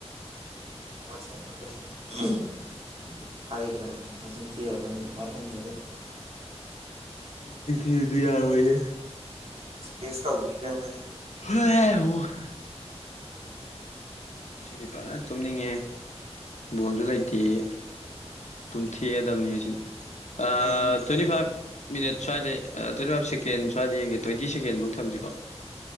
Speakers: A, on the right; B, on the left.
A: ꯋꯥꯁꯦ ꯃꯥꯏꯀꯩ <unintelligible> ꯍꯥꯏꯒꯗꯝ ꯃꯁꯤꯡ ꯊꯤꯔꯔꯣꯢ ꯃꯊꯪꯗꯗꯤ
B: ꯁꯤꯡ ꯊꯤꯔꯤꯗꯨ ꯌꯥꯔꯣꯏꯌꯦ
A: ꯏꯁꯀ꯭ꯌꯨꯁ ꯇꯧꯕꯤꯒ꯭ꯔꯦ ꯃꯣꯏꯅ
B: <unintelligible> ꯉꯁꯤꯗꯤ ꯐꯖꯟ ꯇꯨꯝꯅꯤꯡꯉꯦꯍꯦ ꯕꯣꯜꯁꯨ ꯂꯩꯇꯦꯌꯦ ꯇꯨꯝꯊꯦꯛꯑꯗꯝꯅꯤ ꯉꯁꯤꯗꯤ ꯑ
A: ꯑꯩ
B: ꯇ꯭ꯋꯦꯟꯇꯤ ꯐꯥꯏꯚ ꯃꯤꯅꯠ ꯁ꯭ꯋꯥꯏꯗꯩ ꯑ ꯇ꯭ꯋꯦꯟꯇꯤ ꯐꯥꯏꯚ ꯁꯦ ꯀꯦꯟ ꯁ꯭ꯋꯥꯏꯗ ꯌꯦꯡꯒꯦ ꯇ꯭ꯋꯦꯟꯇꯤ ꯁꯦꯀꯦꯟꯕꯧ ꯊꯝꯁꯤꯀꯣ